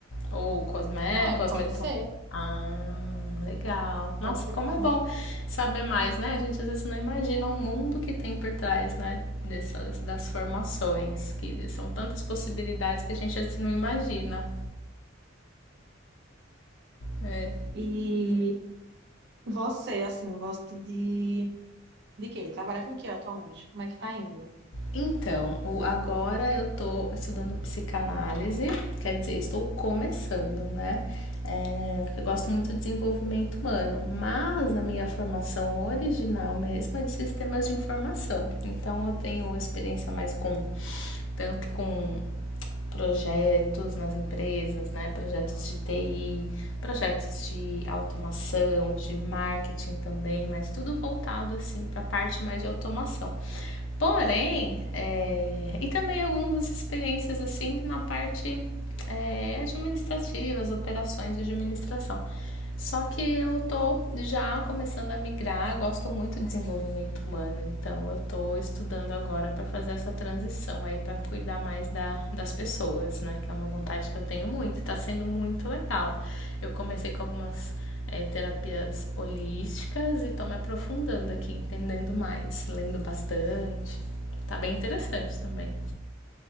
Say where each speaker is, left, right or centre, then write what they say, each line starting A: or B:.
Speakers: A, on the left; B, on the right.
A: Ou cosme...
B: Ah, é,
A: cosmeton...
B: pode ser,
A: Ah, legal. Nossa,
B: pode ser
A: como
B: também.
A: é bom saber mais, né? A gente às vezes não imagina o mundo que tem por trás, né? Dessas, das formações, que são tantas possibilidades que a gente às vezes não imagina. É.
B: E você, assim, gosta de, de quê? Trabalha com o quê atualmente? Como é que tá indo?
A: Então, o- agora eu tô estudando psicanálise, quer dizer, estou começando, né? É, eu gosto muito de desenvolvimento humano, mas a minha formação original mesmo é de sistemas de informação. Então, eu tenho experiência mais com, tanto com projetos nas empresas, né? Projetos de TI, projetos de automação, de marketing também, mas tudo voltado assim para a parte mais de automação. Porém, é, e também algumas experiências assim na parte é, administrativa, as operações de administração. Só que eu tô já começando a migrar, gosto muito de desenvolvimento humano, então eu tô estudando agora para fazer essa transição aí para cuidar mais da, das pessoas, né? Que é uma vontade que eu tenho muito, tá sendo muito legal. Eu comecei com algumas é, terapias holísticas e tô me aprofundando aqui, entendendo mais, lendo bastante. Tá bem interessante também.